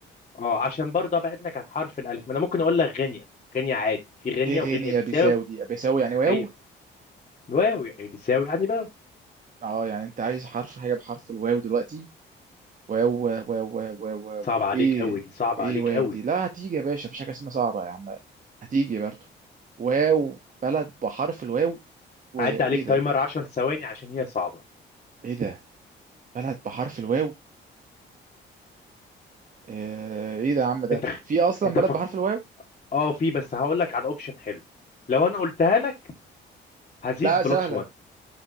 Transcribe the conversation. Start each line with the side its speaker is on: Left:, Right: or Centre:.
Left: اه عشان برضه
Right: آه،
Left: ابعد لك عن حرف الالف ما انا ممكن اقول لك غينيا غينيا عادي في غينيا
Right: ايه غينيا
Left: وغينيا بيساو
Right: بيساو دي بيساو يعني واو
Left: هي واو يعني بيساو يعني باو
Right: اه يعني انت عايز حرف حاجة بحرف الواو دلوقتي واو واو واو واو, واو.
Left: صعب عليك
Right: ايه
Left: قوي دي صعب
Right: ايه
Left: عليك
Right: واو
Left: قوي
Right: دي لا هتيجي يا باشا مفيش حاجة اسمها صعبة يا عم هتيجي برضو واو بلد بحرف الواو وايه
Left: هعدي عليك تايمر
Right: ده
Left: 10 ثواني عشان هي صعبة
Right: ايه ده بلد بحرف الواو آه، ايه ده يا عم ده
Left: انت
Right: في اصلا
Left: انت
Right: بلد
Left: فك
Right: بحرف الواو
Left: اه في بس هقول لك على اوبشن حلو لو انا قلتها لك هزيد
Right: لا سهلة
Left: بلس 1